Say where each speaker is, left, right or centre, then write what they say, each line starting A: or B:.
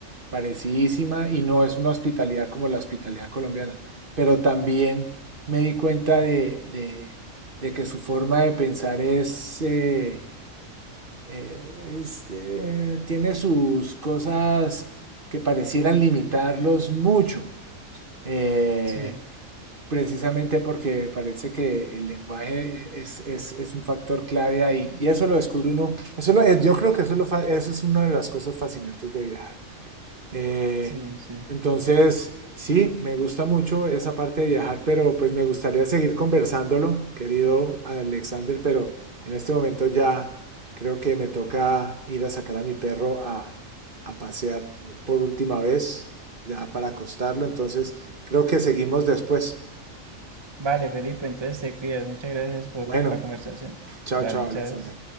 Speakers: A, on the right; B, on the right.
A: parecidísima y no es una hospitalidad como la hospitalidad colombiana, pero también me di cuenta de, de, de que su forma de pensar es, eh, eh, es eh, tiene sus cosas que parecieran limitarlos mucho. Eh,
B: sí,
A: precisamente porque parece que el lenguaje es, es- es un factor clave ahí. Y eso lo descubre uno. Eso lo- eh, yo creo que eso, lo eso es una de las cosas fascinantes de viajar. Eh,
B: sí, sí.
A: entonces, sí, me gusta mucho esa parte de viajar, pero pues me gustaría seguir conversándolo, querido Alexander, pero en este momento ya creo que me toca ir a sacar a mi perro a, a pasear por última vez, ya para acostarlo. Entonces, creo que seguimos después.
B: Vale, Felipe, entonces te cuidas. Muchas gracias por,
A: Bueno,
B: por la conversación.
A: chao,
B: Vale,
A: chao, Alexander.
B: chao.